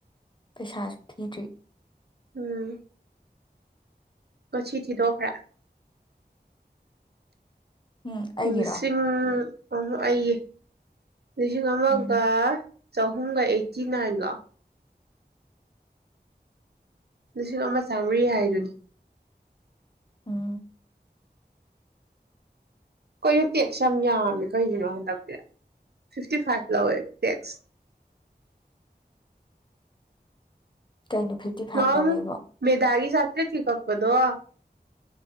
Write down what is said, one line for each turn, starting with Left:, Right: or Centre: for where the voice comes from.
Left: ꯄꯩꯁꯥ ꯊꯤꯔꯤ
Right: ꯎꯝ ꯀꯁꯤꯤ ꯊ ꯗꯙꯣꯈꯂꯥ
Left: ꯎꯝ ꯑꯩꯒꯤꯔꯣ
Right: ꯂꯤꯁꯤꯡ ꯑ ꯍ ꯑꯩꯌꯦ ꯂꯤꯁꯤꯡ ꯑꯃꯒ
Left: ꯎꯝ
Right: ꯆꯍꯨꯝꯒ ꯑꯩꯠꯇꯤ ꯅꯥꯏꯟꯂꯣ ꯂꯤꯁꯤꯡ ꯑꯃ ꯆꯥꯝꯃꯔꯤ ꯍꯥꯏꯗꯨꯅꯤ
Left: ꯎꯝ
Right: ꯀꯅꯣ ꯇꯦꯛꯁ ꯌꯥꯝ ꯌꯥꯝꯃꯦ ꯀꯩꯒꯤꯅꯣ ꯍꯟꯗꯛꯇꯤ ꯐꯤꯐꯇꯤ ꯐꯥꯏꯚ ꯂꯧꯋꯦ ꯇꯦꯛꯁ
Left: ꯀꯩꯅꯣ ꯐꯤꯐꯇꯤ ꯐꯥꯏꯚ
Right: ꯍꯨ
Left: ꯂꯧꯋꯦꯕꯣ
Right: ꯃꯦꯗꯥꯒꯤ ꯁꯥꯇꯔꯤ ꯊ ꯀ ꯀꯗꯣꯋꯥ